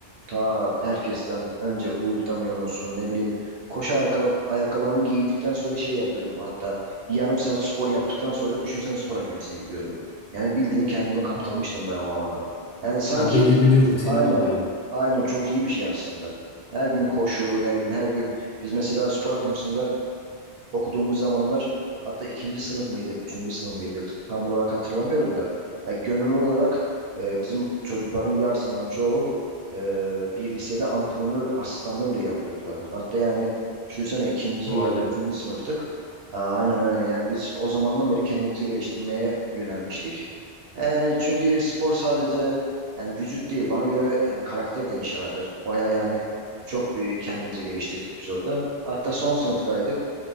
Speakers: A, on the right (about 65°); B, on the left (about 60°).
A: Ta herkesten önce uykudan uyanıyorsun ne bileyim. Koşu ayakkabı, ayakkabılarımı giydikten sonra şey yapıyordum hatta. Bir yarım saat spor yaptıktan sonra düşünsene spor akademisine gidiyordum. Yani bildiğin kendimi kaptırmıştım
B: Vay. be.
A: ben o alana. Yani sanki
B: Ya belirli bir rutinin
A: aynen
B: oluyor.
A: aynen çok iyi bir şey aslında. Her gün koşu ne bileyim her gün biz mesela spor akademisinde okuduğumuz zamanlar hatta ikinci sınıf mıydık, üçüncü sınıf mıydık tam olarak hatırlamıyorum da ya gönüllü olarak e, bizim çocukların yarısından çoğu e, bir lisede antrenör asistanlığı bile yapıyordular. Hatta yani düşünsene ikinci
B: Vay
A: ya da
B: be.
A: üçüncü sınıftık. Aa, aynen aynen yani biz o zamandan beri kendimizi geliştirmeye yönelmiştik. E, Yani çünkü spor sadece yani vücut değil bana göre yani karakter de inşa eder. Baya yani çok bir kendimizi geliştirdik biz orada. Hatta son sınıftaydık.